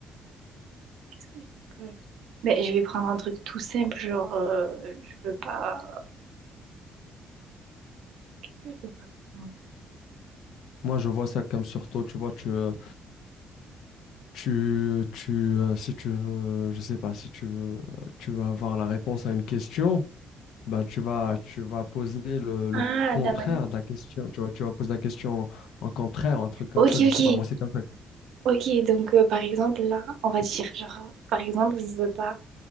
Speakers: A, on the right; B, on the left.
A: Qu'est-ce que je peux- Mais je vais prendre un truc tout simple, genre euh, je veux pas. Je veux pas. faire-
B: Moi, je vois ça comme surtout, tu vois, tu, euh, tu, tu, euh, si tu veux, je sais pas, si tu veux, euh, tu vas avoir la réponse à une question, bah, tu vas, tu vas poser le, le
A: Ah,
B: contraire
A: Damani.
B: de la question, tu vois, tu vas poser la question en contraire, un truc comme
A: Ok,
B: ça, je
A: ok,
B: sais pas, moi, c'est comme ça.
A: ok. Donc euh, par exemple là, on va dire genre par exemple je veux pas,